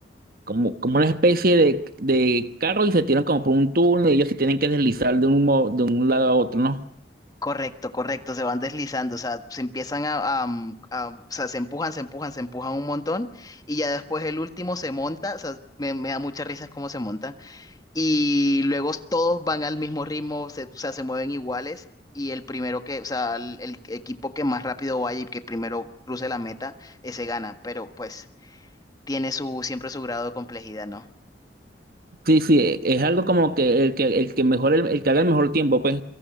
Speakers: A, on the right (about 55°); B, on the left (about 20°).
A: como, como una especie de, de carro y se tiran como por un túnel y ellos se tienen que deslizar de un, mo- de un lado a otro, ¿no?
B: Correcto, correcto, se van deslizando, o sea, se empiezan a, a- mm, a- o sea, se empujan, se empujan, se empujan un montón y ya después el último se monta, o sea, me, me da mucha risa cómo se montan y luego todos van al mismo ritmo, se, o sea, se mueven iguales y el primero que, o sea, el, el equipo que más rápido vaya y que primero cruce la meta, ese gana, pero pues tiene su, siempre su grado de complejidad, ¿no?
A: Sí, sí, e- es algo como que el que, el que mejor, el, el que haga el mejor tiempo, pues,